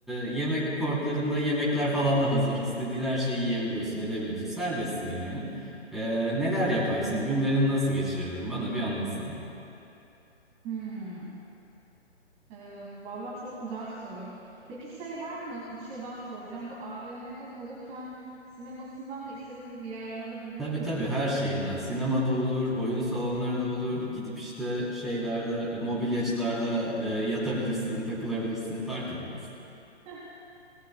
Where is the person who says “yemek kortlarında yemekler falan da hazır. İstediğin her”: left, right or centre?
Centre